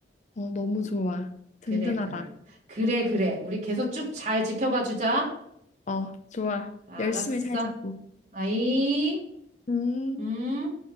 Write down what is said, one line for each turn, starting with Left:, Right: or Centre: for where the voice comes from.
Left: 어, 너무 좋아. 든든하다.
Right: 그래, 그래. 그래, 그래. 우리 계속 쭉 잘 지켜봐 주자.
Left: 어, 좋아.
Right: 알았어.
Left: 열심히 살자고.
Right: 아이,
Left: 음.
Right: 음.